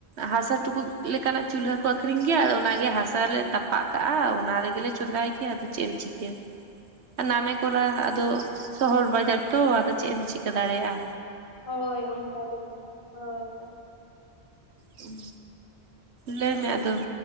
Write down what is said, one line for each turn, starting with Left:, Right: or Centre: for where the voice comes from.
Right: ᱦᱟᱥᱟ ᱴᱩᱠᱩᱡ ᱞᱮᱠᱟᱱᱟᱜ ᱪᱩᱞᱦᱟᱹ ᱠᱚ ᱟᱠᱷᱨᱤᱧ ᱜᱮᱭᱟ ᱟᱫᱚ ᱚᱱᱟᱜᱮ ᱦᱟᱥᱟᱞᱮ ᱛᱟᱯᱟᱜ ᱠᱟᱜ-ᱟ ᱚᱱᱟ ᱨᱮᱜᱮ ᱞᱮ ᱪᱚᱸᱫᱟᱭ ᱜᱮᱭᱟ ᱟᱫᱚ ᱪᱮᱫ ᱮᱢ ᱪᱤᱠᱟᱹᱭᱟ ᱱᱟᱢᱮ ᱠᱚᱨᱟ ᱟᱫᱚ ᱥᱚᱦᱚᱨ ᱵᱟᱡᱟᱨ ᱛᱚ ᱟᱫᱚ ᱪᱮᱫ ᱮᱢ ᱪᱤᱠᱟᱹ ᱫᱟᱲᱮᱭᱟᱜ-ᱟ᱾
Left: ᱦᱳᱭ ᱚᱱᱠᱟ ᱜᱮᱛᱚ ᱦᱳᱭ ᱦᱳᱭ
Right: ᱩᱸ ᱞᱟᱹᱭ ᱢᱮ ᱟᱫᱚ